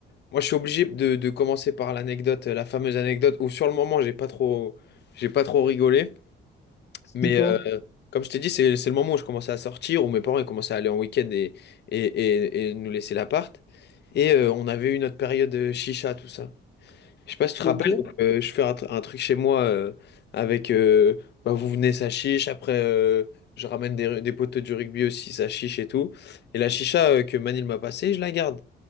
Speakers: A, on the left; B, on the left.
A: Moi, je suis obligé de, de commencer par l'anecdote, la fameuse anecdote où sur le moment, j'ai pas trop, j'ai pas trop rigolé.
B: C'était
A: Mais,
B: quoi?
A: euh, comme je t'ai dit, c'est c'est le moment où je commençais à sortir, où mes parents ils commençaient à aller en week-end et, et, et, et nous laisser l'appart. Et euh, on avait eu notre période euh, chicha, tout ça. Je sais pas si tu te
B: Ok,
A: rappelles, donc, euh, je fais un, tr- un truc chez moi euh, avec euh, bah, vous venez ça chiche, après euh, je ramène des, des potes du rugby aussi, ça chiche et tout. Et la chicha euh, que Manil m'a passée, je la garde.